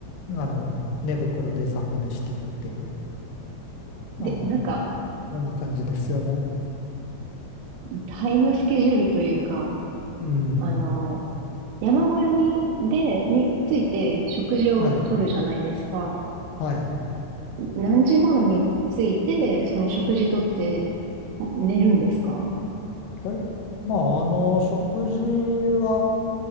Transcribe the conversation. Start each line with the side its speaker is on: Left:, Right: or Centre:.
Left: あの、寝袋で雑魚寝してるっていう、あの、
Right: で、なんか、
Left: そんな感じですよね。
Right: タイムスケジュールというか、
Left: うん。
Right: あの、山小屋に、で、について食事をとるじゃないですか。
Left: はい。はい。
Right: 何時頃に着いて、その食事とって寝るんですか
Left: だい、まあ、あの、食事は、